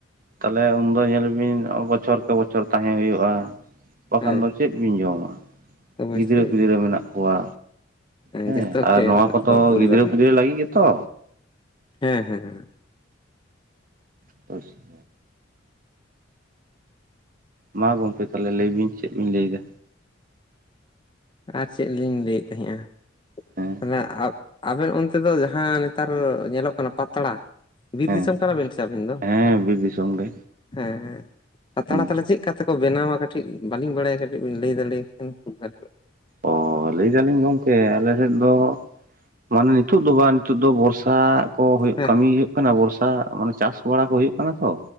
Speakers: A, on the right; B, on the left.
A: ᱛᱟᱞᱦᱮ ᱩᱱ ᱫᱚ ᱧᱮᱞ ᱵᱤᱱ ᱵᱚᱪᱷᱚᱨ ᱠᱮ ᱵᱚᱪᱷᱚᱨ ᱛᱟᱦᱮᱸ ᱦᱩᱭᱩᱜᱼᱟ᱾ ᱵᱟᱠᱷᱟᱱ
B: ᱦᱮᱸ
A: ᱫᱚ ᱪᱮᱫ ᱵᱤᱱ ᱡᱚᱢᱟ
B: ᱚᱵᱚᱥᱥᱳᱭ
A: ᱜᱤᱫᱽᱨᱟᱹ ᱯᱤᱫᱽᱨᱟᱹ
B: ᱦᱮᱸ
A: ᱢᱮᱱᱟᱜ ᱠᱚᱣᱟ᱾ ᱦᱮᱸ
B: ᱡᱚᱛᱚ
A: ᱟᱨ
B: ᱜᱮ
A: ᱱᱚᱣᱟ
B: ᱢᱮᱱᱟᱜ
A: ᱠᱚᱫᱚ
B: ᱠᱚᱣᱟ ᱯᱚᱨᱤᱵᱟᱨ
A: ᱜᱤᱫᱽᱨᱟᱹ
B: ᱨᱮᱱᱟᱜ
A: ᱯᱤᱫᱽᱨᱟᱹ ᱞᱟᱹᱜᱤᱜ ᱜᱮᱛᱚ᱾
B: ᱦᱮᱸ ᱦᱮᱸ ᱦᱮᱸ
A: <inaudible> ᱢᱟ ᱜᱚᱝᱠᱮ ᱛᱟᱦᱚᱞᱮ ᱞᱟᱹᱭ ᱵᱤᱱ ᱪᱮᱜ ᱵᱤᱱ ᱞᱟᱹᱭ ᱫᱟ?
B: ᱟᱨ ᱪᱮᱜ ᱞᱤᱧ ᱞᱟᱹᱭᱮᱜ ᱛᱟᱦᱮᱸᱜᱼᱟ?
A: ᱦᱮᱸ
B: ᱢᱟᱱᱮ ᱟ ᱟᱵᱮᱱ ᱚᱱᱛᱮ ᱫᱚ ᱡᱟᱦᱟᱸ ᱱᱮᱛᱟᱨ ᱧᱮᱞᱚᱜ ᱠᱟᱱᱟ ᱯᱟᱛᱲᱟ ᱵᱤᱨ
A: ᱦᱮᱸ
B: ᱫᱤᱥᱚᱢ ᱠᱟᱱᱟ ᱵᱤᱱ ᱥᱮ ᱟᱹᱵᱤᱱ ᱫᱚ?
A: ᱦᱮᱸ ᱵᱤᱨ ᱫᱤᱥᱚᱢ ᱜᱮ
B: ᱦᱮᱸ ᱦᱮᱸ ᱯᱟᱛᱲᱟ
A: ᱦᱩᱸ
B: ᱛᱟᱞᱮ ᱪᱮᱜᱠᱟ ᱛᱮᱠᱚ ᱵᱮᱱᱟᱣᱟ ᱠᱟᱹᱴᱤᱡ ᱵᱟᱹᱞᱤᱧ ᱵᱟᱲᱟᱭᱟ ᱠᱟᱹᱴᱤᱡ ᱵᱤᱱ ᱞᱟᱹᱭ ᱫᱟᱲᱮ ᱠᱷᱟᱱ ᱵᱷᱟᱞᱤᱠᱚᱜᱼᱟ᱾
A: ᱚᱸ ᱞᱟᱹᱭ ᱫᱟᱞᱤᱧ ᱜᱚᱝᱠᱮ ᱟᱞᱮ ᱥᱮᱫ ᱫᱚ ᱢᱟᱱᱮ ᱱᱤᱛᱳᱜ ᱫᱚ ᱵᱟᱝ ᱱᱤᱛᱳᱜ ᱫᱚ ᱵᱚᱨᱥᱟ ᱠᱚ ᱦᱩᱭᱩᱜ
B: ᱦᱮᱸ
A: ᱠᱟᱹᱢᱤ ᱦᱩᱭᱩᱜ ᱠᱟᱱᱟ ᱵᱚᱨᱥᱟ ᱢᱟᱱᱮ ᱪᱟᱥ ᱵᱟᱲᱟ ᱠᱚ ᱦᱩᱭᱩᱜ ᱠᱟᱱᱟ ᱛᱚ᱾